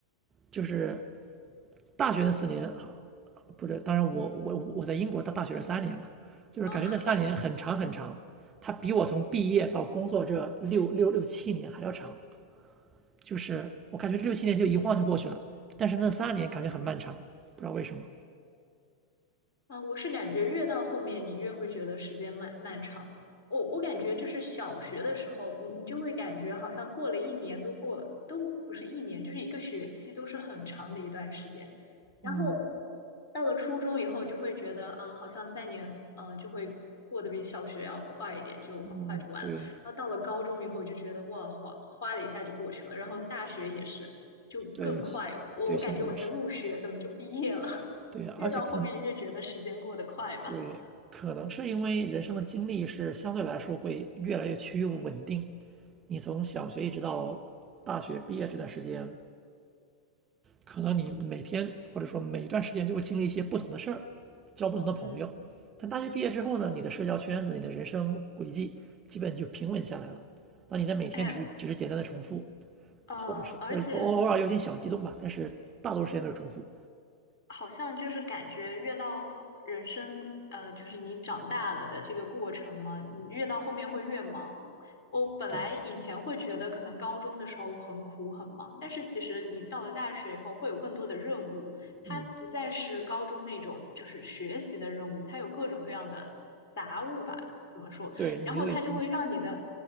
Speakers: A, on the right; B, on the left.
A: 就是大学那四年，呃不对，当然我我我在英国到大学是三年嘛，就是感觉那三年很长很长，
B: 啊，
A: 它比我从毕业到工作这六六六七年还要长，就是我感觉这六七年就一晃就过去了，但是那三年感觉很漫长，不知道为什么。
B: 啊，我是感觉越到后面，你越会觉得时间漫漫长。我我感觉就是小学的时候，你你就会感觉好像过了一年都过都不是一年，就是一个学期都是很长的一段时间。然后
A: 嗯
B: 到了初中以后，就会觉得啊、呃好像三年呃就会过得比小学要快一点，就很快就完了。
A: 嗯，对
B: 然后到了高中以后，就觉得哇，哗哗的一下就过去了。然后大学也是，就更快。
A: 对
B: 我我感觉我才入学，
A: 对，现在也是
B: 怎么就毕业了？
A: 对，而且可能
B: 越到后面越觉得时间过得快吧。
A: 对，可能是因为人生的经历是相对来说会越来越趋于稳定，你从小学一直到大学毕业这段时间。可能你每天或者说每一段时间就会经历一些不同的事儿，交不同的朋友。
B: 嗯，
A: 但大学毕业之后呢，你的社交圈子、你的人生轨迹基本就平稳下来了。那你的每天只是只是简单的重复，
B: 哎，呃，
A: 或者是或者偶偶尔有点小激动吧，
B: 而且
A: 但是大多数时间都是重复。
B: 好像就是感觉越到后人生，呃，就是你长大了的这个过程嘛，你越到后面会越忙。我本来以前会觉得可能高中的时候很苦很忙，
A: 对，
B: 但是其实你到了大学以后会有更多的任务，它不再是高中那种就是学习的任务，
A: 嗯，
B: 它有各种各样的杂物吧，怎么说？
A: 对，
B: 然后它就会让你的
A: 你都得进去。